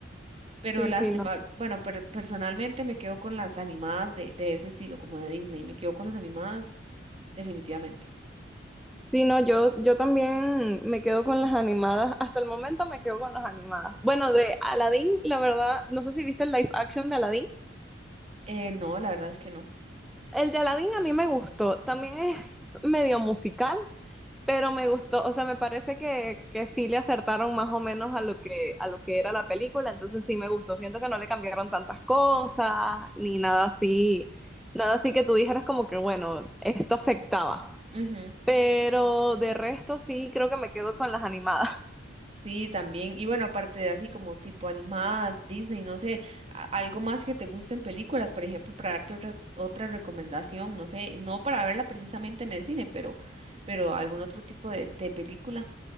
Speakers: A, on the right; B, in the centre.
A: Pero
B: Sí,
A: lástima,
B: sí, no.
A: bueno, per- personalmente me quedo con las animadas de, de ese estilo, como de Disney, me quedo con las animadas definitivamente.
B: Sí, no, yo, yo también me quedo con las animadas. Hasta el momento me quedo con las animadas. Bueno, de Aladdin, la verdad, no sé si viste el live action de Aladdin.
A: Eh, no, la verdad es que no.
B: El de Aladdin a mí me gustó. También es <laughs> medio musical, pero me gustó. O sea, me parece que, que sí le acertaron más o menos a lo que, a lo que era la película. Entonces sí me gustó. Siento que no le cambiaron tantas cosas, ni nada así. Nada así que tú dijeras como que, bueno, esto afectaba.
A: Ujú.
B: Pero de resto sí creo que me quedo con las animadas. <laughs>
A: Sí, también. Y bueno, aparte de así como tipo animadas, Disney, no sé, a- algo más que te gusten películas, por ejemplo, para darte otra, otra recomendación, no sé, no para verla precisamente en el cine, pero, pero algún otro tipo de, de película.